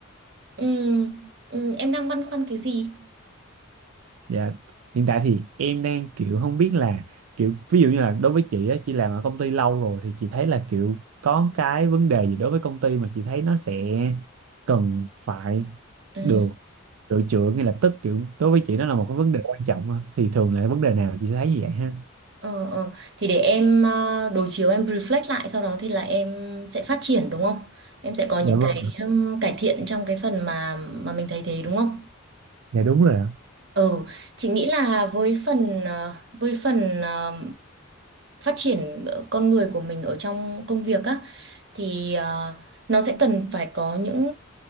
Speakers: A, on the right; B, on the right.
A: Ừ, ừ, em đang băn khoăn cái gì?
B: Dạ, hiện tại thì em đang kiểu không biết là kiểu ví dụ như là đối với chị á, chị làm ở công ty lâu rồi thì chị thấy là kiểu có cái vấn đề gì đối với công ty mà chị thấy nó sẽ cần phải
A: Ừ.
B: được sửa chữa ngay lập tức kiểu đối với chị nó là một cái vấn đề quan trọng á. Thì thường là vấn đề nào chị thấy như vậy ha?
A: Ờ, ờ. Thì để em ờ, đối chiếu em reflect lại sau đó thì là em sẽ phát triển đúng không? Em sẽ có những
B: Dạ
A: cái
B: vâng,
A: ừm, cải thiện trong cái phần mà mà mình thấy thế đúng không?
B: dạ đúng rồi ạ.
A: Ừ, chị nghĩ là với phần ờ, với phần ờ, phát triển ờ, con người của mình ở trong công việc á thì ờ, nó sẽ cần phải có những